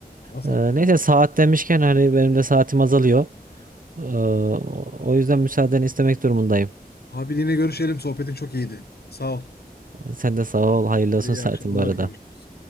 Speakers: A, on the left; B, on the right.
A: azalttım.
B: Ee, neyse
A: yani.
B: saat demişken hani benim de saatim azalıyor. Ee, o yüzden müsaadeni istemek durumundayım.
A: Abi yine görüşelim. Sohbetin çok iyiydi. Sağ ol.
B: Sen de sağ ol. Hayırlı
A: Hadi
B: olsun
A: iyi
B: saatin
A: akşamlar.
B: bu arada.
A: Görüşürüz.